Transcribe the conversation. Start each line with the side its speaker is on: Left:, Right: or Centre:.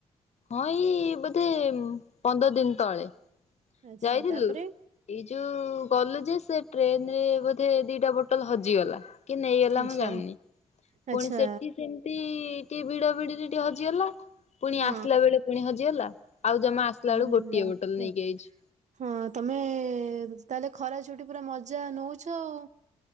Left: ହଁ ଏଇ ବୋଧେ ପନ୍ଦର ଦିନ ତଳେ।
Right: ଆଚ୍ଛା
Left: ଯାଇଥିଲୁ
Right: ତାପରେ
Left: ଏଇ ଯୋଉ କଲୁ ଯେ ସେ ଟ୍ରେନ ରେ ବୋଧେ ଦିଟା ବୋଟଲ ହଜିଗଲା। କି ନେଇଗଲା
Right: ଆଚ୍ଛା
Left: ମୁଁ ଜାମିନି
Right: ଆଚ୍ଛା
Left: ପୁଣି ସେଠି ସେମତି ଟିକେ ଭିଡ ଭିଡିରେ ଟିକେ ହଜିଗଲା ପୁଣି
Right: ହଁ
Left: ଆସିଲା ବେଳେ ପୁଣି ହଜିଗଲା। ଆଉ ଜମା ଆସିଲା
Right: ଆରେ
Left: ବଳ ଗୋଟିଏ
Right: ବାପ
Left: ବୋଟଲ ନେଇକି ଯାଇଛି।
Right: ହଁ ତମେ ତାହେଲେ ଖରା ଛୁଟି ପୁରା ମଜା ନଉଛ ଆଉ।